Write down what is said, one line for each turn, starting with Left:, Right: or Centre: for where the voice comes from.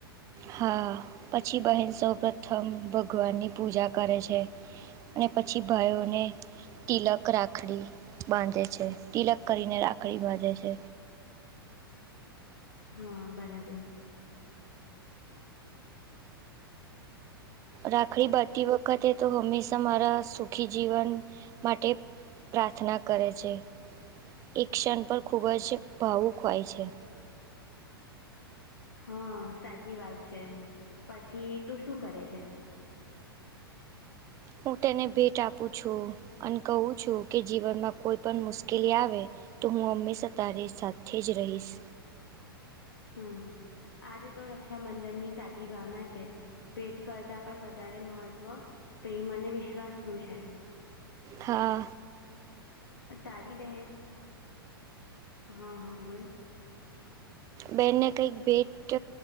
Right: હા પછી બહેન સૌ પ્રથમ ભગવાન ની પૂજા કરે છે, અને પછી ભાઈઓને, તિલક રાખડી બાંધે છે, તિલક કરીને રાખડી બાંધે છે.
Left: હા બરાબર,
Right: રાખડી બધી વખતે, તો હંમેશા મારા સુખી જીવન માટે પ્રાર્થના કરે છે, એ ક્ષણ પર ખૂબ જ ભાવુક હોય છે,
Left: હા સાચી વાત છે, પછી તો શું કરે છે.
Right: હું તેને ભેટ આપું છું, અને કહું છું, કે જીવનમાં કોઈ પણ મુશ્કેલી આવે. તો હું હંમેશા તારી સાથે જ રહીશ.
Left: હુ આજે તો રક્ષાબંધન ની સાચી ભાવના છે. ભેટ કરતા પણ વધારે મહત્વ પ્રેમ અને વિશ્વાસનું છે.
Right: હા
Left: તારી બહેન, હા, હા બોલને.
Right: બેહેનને કંઈક ભેટ